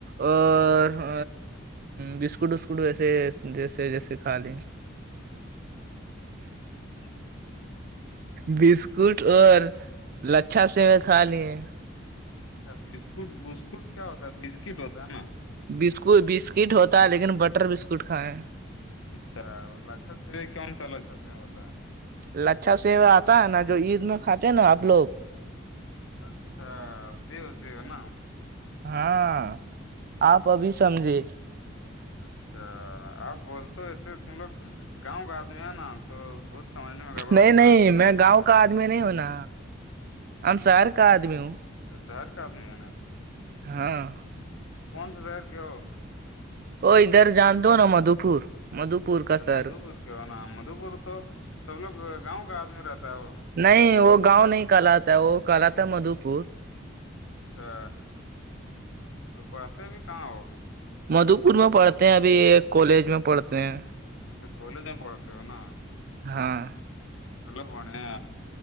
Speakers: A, on the right; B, on the left.
A: اور ہ بسکٹ وسکٹ ویسے جیسے جیسے کھا ل <inaudible>
B: اچی <inaudible>
A: بسکٹ اور لچھا سے میں کھا لیے
B: اچھا بسکٹ بسکٹ کیا ہوتا ہے بسکٹ ہوتا ہے نا
A: بسک بسکٹ ہوتا ہے لیکن بٹر بسکٹ کھائیں
B: اچھا اور لچھت سے کون سا لچھت سے ہوتا ہے
A: لچھا سےو آتا ہے نا جو عید میں کھاتے ہیں نا آپ لوگ
B: اچھا
A: ہاں
B: سیو سیو نا
A: <inaudible> ہاں آپ ابھی سمجھے
B: اچھا آپ بول تو ایسے تم لوگ گاؤں کا آدمی ہے نا تو بہت سمجھنے میں گڑبڑ
A: نہیں
B: ہوتا
A: نہیں
B: ہے اسے نا
A: میں گاؤں کا آدمی نہیں ہونا آم سار کااد میو
B: تو شہر کابمی ہے نا
A: ہاں
B: کون سا زظہر کیا ہو
A: وہ ادھر جان دو ہو نا مدو پور مدھو پور کا
B: اچھا
A: سر
B: مدھو پور کی ہو نا مدو پور تو سب لوگ گاؤں کا آدمی رہتا ہے وہ
A: نہیں وہ گاؤں نہیں کہالتا وہ کہالتا ہے مدھو پور
B: اچھا اور پڑھتے ا بھی کہاں ہو ابھی
A: مدو پور میں پڑھتے ہیں ابھی ایک کالج میں پڑھتے ہیں
B: نہیں تو کولی ج پڑتے ہو نا
A: ہاں
B: چلو بنیا